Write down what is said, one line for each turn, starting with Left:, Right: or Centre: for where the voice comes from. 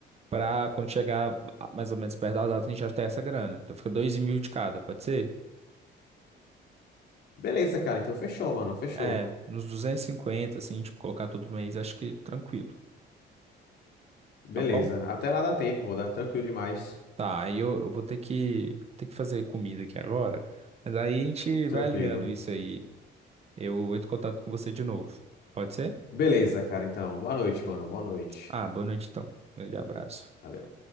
Right: Pra quando chegar a- mais ou menos perto da data, a gente já ter essa grana. Então fica dois mil de cada, pode ser?
Left: Beleza, cara, então fechou, mano, fechou.
Right: É, nos 250, assim, tipo, colocar todo mês, acho que tranquilo,
Left: Beleza.
Right: tá bom?
Left: Até lá dá tempo, vou dar. Tranquilo demais.
Right: Tá, aí eu, eu vou ter que, ter que fazer comida aqui agora, mas aí a gente
Left: Tranquilo.
Right: vai alinhando isso aí. Eu entro em contato com você de novo, pode ser?
Left: Beleza, cara. Então, boa noite, mano. Boa noite.
Right: Ah, boa noite então. Grande abraço.
Left: Valeu.